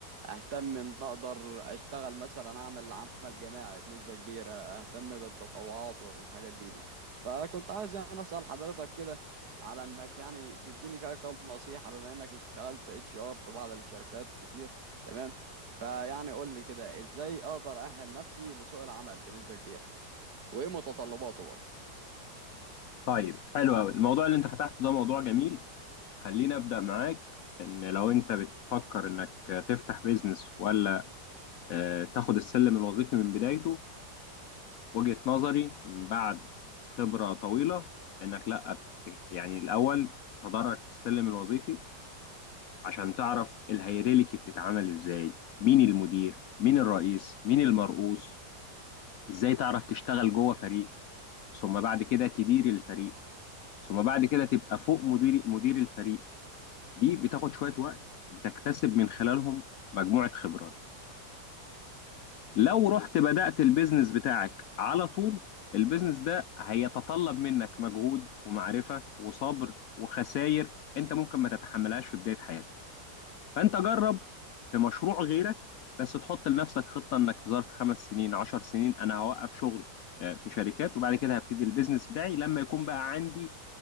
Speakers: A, on the right (about 65°); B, on the left (about 70°).
A: اهتم ان اقدر اشتغل مثلا اعمل عمل جماعي بنسبة كبيرة اهتم بالتطوعات والحاجات دي دي فكنت عايز انا اسأل حضرتك كده على انك يعني تديني كده كام نصيحة بما انك اشتغلت اتش ار في بعض الشركات كتير تمام فيعني قول لي كده ازاي اقدر اأهل نفسي لسوق العمل بنسبة كبيرة وايه متطلباته برضه
B: طيب حلو قوي الموضوع اللي انت فتحته ده موضوع جميل خليني ابدا معاك ان لو انت بتفكر انك تفتح بيزنس ولا آه، تاخد السلم الوظيفي من بدايته وجهة نظري من بعد خبرة طويلة انك لا يعني الاول تدرج في السلم الوظيفي عشان تعرف الهيراركي بتتعمل ازاي مين المدير مين الرئيس مين المرؤوس ازاي تعرف تشتغل جوه فريق ثم بعد كده تدير الفريق ثم بعد كده تبقى فوق مدير مدير الفريق دي بتاخد شوية وقت بتكتسب من خلالهم مجموعة خبرات
A: اكيد
B: لو رحت بدأت البيزنس بتاعك على طول البيزنس ده هيتطلب منك مجهود ومعرفة وصبر وخسائر انت ممكن ما تتحملهاش في بداية حياتك فانت جرب في مشروع غيرك بس تحط لنفسك خطة انك في ظرف خمس سنين عشر سنين انا هوقف شغل آه، في شركات وبعد كده هبتدي البيزنس بتاعي لما يكون بقى عندي